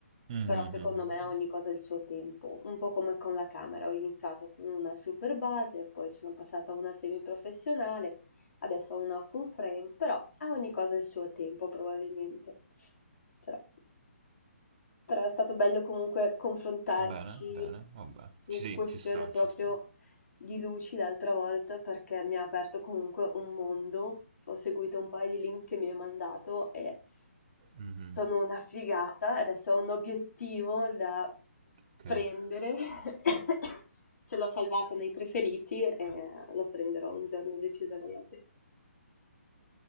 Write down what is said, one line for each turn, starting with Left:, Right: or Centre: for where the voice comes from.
Right: Mhm,
Left: Però secondo
Right: mhm,
Left: me
Right: mhm.
Left: ogni cosa ha il suo tempo, un po' come con la camera. Ho iniziato con una super base, poi sono passata a una semiprofessionale, adesso ho una full frame, però a ogni cosa il suo tempo probabilmente. Però, però è stato bello comunque confrontarci
Right: Bene, bene, vabbè.
Left: su
Right: Ci, sì,
Left: questioni
Right: ci sta,
Left: proprio
Right: ci sta.
Left: di Luci l'altra volta perché mi ha aperto comunque un mondo. Ho seguito un paio di link che mi hai mandato e
Right: Mhm,
Left: sono una figata. Adesso ho un obiettivo da
Right: Ok.
Left: prendere. <coughs> Ce l'ho salvata nei preferiti e lo prenderò un giorno decisamente.